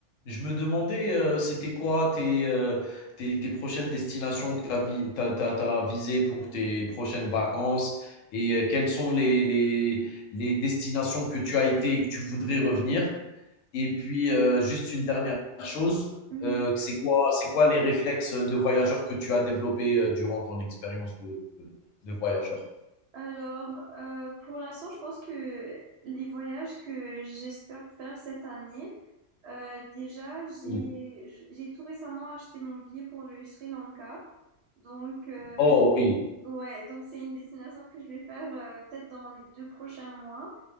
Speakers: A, on the left (about 90°); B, on the right (about 65°).
A: Je me demandais, euh, c'était quoi tes, euh, tes, tes prochaines destinations que tu as, vi t'as, t'as- t'as visées pour tes prochaines vacances et euh, quelles sont les, les, les destinations que tu as été et que tu voudrais revenir. Et puis, euh, juste une dernière chose,
B: Mhm.
A: euh, c'est quoi, c'est quoi les réflexes de voyageur que tu as développés euh, durant ton expérience de, de voyageur?
B: Alors, euh, pour l'instant, je pense que les voyages que j'espère faire cette année, euh, déjà, j'ai
A: Oui.
B: j'ai tout récemment acheté mon billet pour le Sri Lanka. Donc, euh,
A: Oh oui,
B: ouais, donc c'est une destination que je vais faire euh, peut-être dans les deux prochains mois.